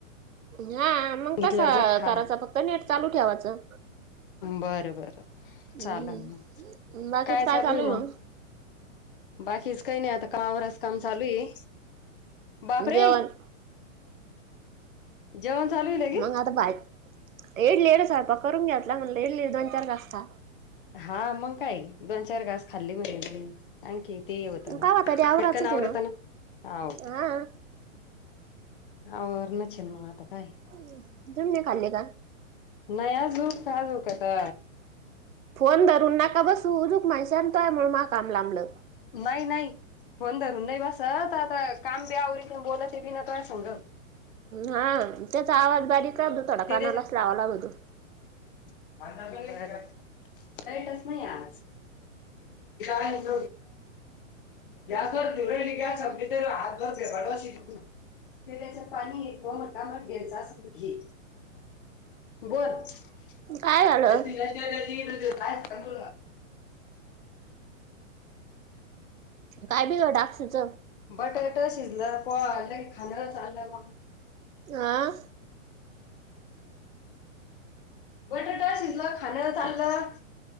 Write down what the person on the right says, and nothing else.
हा मंग
तसा
कराचा फक्त नेट चालू ठेवाचं
हम्म
बाकीच
चालू आहे
मग
जेवण
मग आता बायं येडली येड संयपाक करून घेतला म्हणल येडली इड दोन चार घास खां.
कावा तरी आवराचच
आहे
हा
तुम्ही नाय खाल्ले का?
फोन धरून नका बसु उजुक म्हणशान त म्हणलं माअ काम लांबलं.
हा त्याचा आवाज बारीक राहतो थोडा
कानालाच
लावा लागतो.
काय झालं काय बिघड अक्षुच
आ